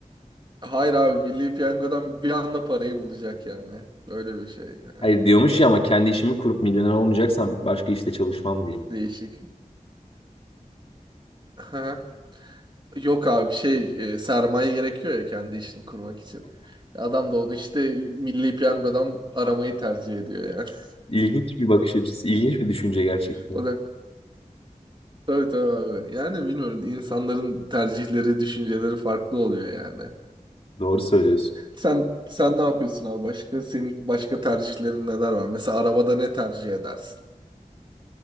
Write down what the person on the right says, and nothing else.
Hayır abi Milli Piyango'dan bir anda parayı bulacak yani. Öyle bir şey. yani.
Değişik. Aha. Yok abi şey e, sermaye gerekiyor ya kendi işini kurmak için. Adam da onu işte Milli Piyango'dan aramayı tercih ediyor yani. <laughs>
O da tabii tabii abi. Yani bilmiyorum insanların tercihleri, düşünceleri farklı oluyor yani.
Sen sen ne yapıyorsun abi? Başka senin başka tercihlerin neler var? Mesela arabada ne tercih edersin?